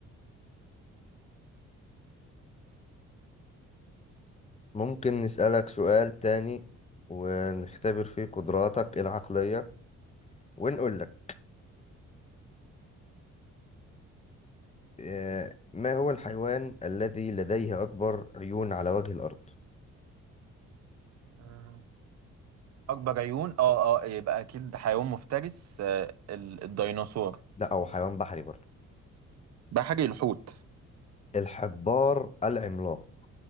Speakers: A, on the left; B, on the right.
A: ممكن نسألك سؤال تاني ونختبر فيه قدراتك العقلية ونقول لك آه ما هو الحيوان الذي لديه اكبر عيون على وجه الارض
B: مم. اكبر عيون اه اه يبقى اكيد حيوان مفترس آه، ال- الديناصور
A: لا هو حيوان بحري برضه
B: ده حاجة الحوت
A: الحبار العملاق